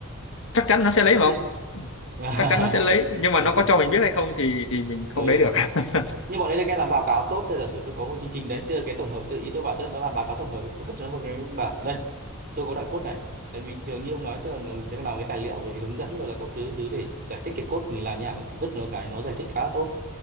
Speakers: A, on the left (about 65°); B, on the right (about 45°).
A: chắc chắn nó sẽ lấy mà
B: Nhị-
A: không?
B: <laughs>
A: Chắc chắn nó sẽ lấy, nhưng mà
B: ừ
A: nó có cho mình biết hay không thì thì mình không
B: Ừ.
A: lấy được. <laughs>
B: Nhưng bọn đấy được cái làm báo cáo tốt thì giả sử tôi có một chương trình đấy tức là cái tổng hợp tự ý tôi bảo tức là nó làm báo cáo tổng hợp ấy. tôi vứt cho nó vào cái bản đây tôi có đoạn code này tại vì thường như ông nói tức là mình sẽ phải làm cái tài liệu về hướng dẫn rồi là các thứ thứ để giải thích cái code mình làm như nào ấy thì vứt nó cái nó giải thích khá là tốt